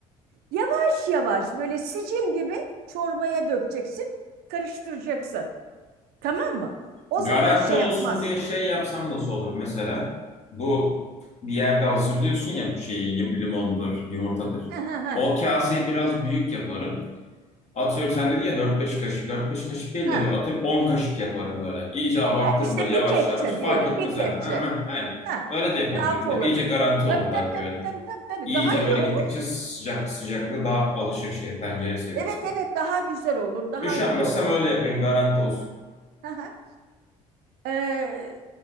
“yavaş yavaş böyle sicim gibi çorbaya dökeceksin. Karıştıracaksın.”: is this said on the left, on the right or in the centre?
Right